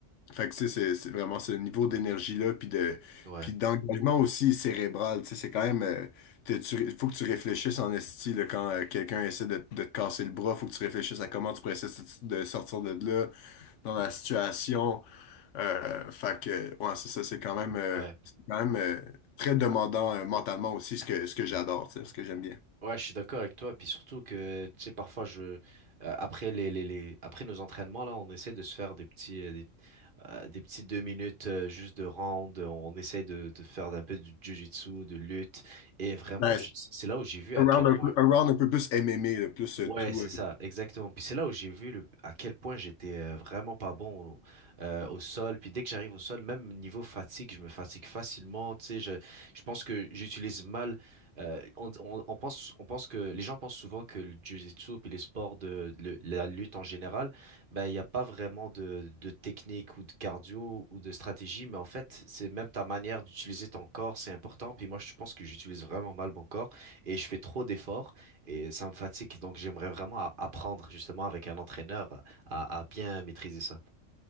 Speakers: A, on the left; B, on the right.
A: fait que tu sais, c'est c'est vraiment ce niveau d'énergie-là, puis de,
B: Ouais,
A: puis d'engagement aussi cérébral. Tu sais, c'est quand même, euh, t'es- tu, ré- faut que tu réfléchisses en esti là, quand euh, quelqu'un essaie de, de te casser le bras, il faut que tu réfléchisses à comment tu pourrais essayer de sortir de là dans la situation. Euh, fait que, ouais, c'est ça, c'est quand même, euh,
B: ouais,
A: c'est quand même euh, très demandant euh, mentalement aussi, ce que, ce que j'adore, tu sais, ce que j'aime bien.
B: ouais, je suis d'accord avec toi. Puis surtout que, tu sais, parfois, je, euh, après les, les, les, après nos entraînements, là, on essaie de se faire des petits, euh, des, euh, des petits deux minutes euh, juste de round. On essaie de, de faire un peu du jiu-jitsu, de lutte. Et vraiment,
A: Ouais,
B: je-
A: c'est
B: c'est là où j'ai vu à
A: un
B: quel
A: round
B: point
A: un peu, un round un peu plus MMA, là, plus
B: Ouais,
A: euh, tout.
B: c'est ça, exactement. Puis c'est là où j'ai vu le, à quel point j'étais euh, vraiment pas bon au, euh, au sol. Puis dès que j'arrive au sol, même niveau fatigue, je me fatigue facilement. Tu sais, je, je pense que j'utilise mal. euh, on, on, on pense, on pense que les gens pensent souvent que le jiu-jitsu puis les sports de, le- la lutte en général, ben il n'y a pas vraiment de, de technique ou de cardio ou de stratégie. Mais en fait, c'est même ta manière d'utiliser ton corps, c'est important. Puis moi, je pense que j'utilise vraiment mal mon corps et je fais trop d'efforts. Et ça me fatigue, donc j'aimerais vraiment a- apprendre justement avec un entraîneur à, à bien maîtriser ça.